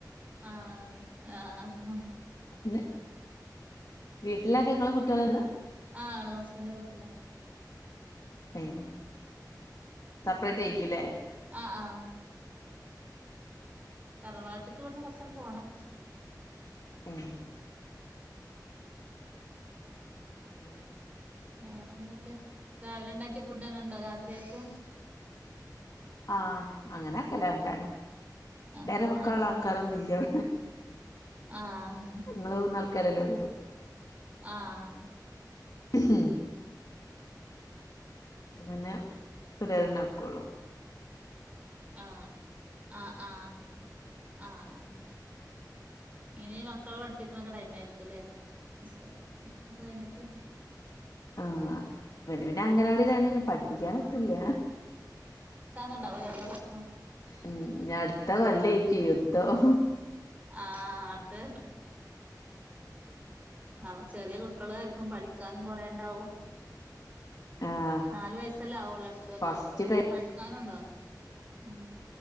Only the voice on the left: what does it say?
വീട്ടില് വീട്ടിലാരാ ങ്ങളും കുട്ടിയോളൊള്ളൂ
ഏഹ് സപ്പ്രേറ്റായിക്കുല്ലേ
ഏഹ് <inaudible>
ആഹ് അങ്ങനാക്കെല്ലേ ണ്ടാ
ണ്ടേരം വെക്കാൻള്ളാൾക്കാരൊന്നുല്ല്യ
വ
ങ്ങളൂന്നാൾക്കാരല്ലെ ഉള്ളു
<unintelligible> പ്പ പിന്നെ <unintelligible> ന്ക്കുള്ളൂ.
ആഹ് വല് പിന്നെ അംഗന വാടിലാണേലും പഠിപ്പിക്കാനൊത്തില്ല
ഉ ഞടുത്ത കൊല്ലയ്ക്ക് യുദ്ധം
ആഹ്
ഫസ്റ്റ്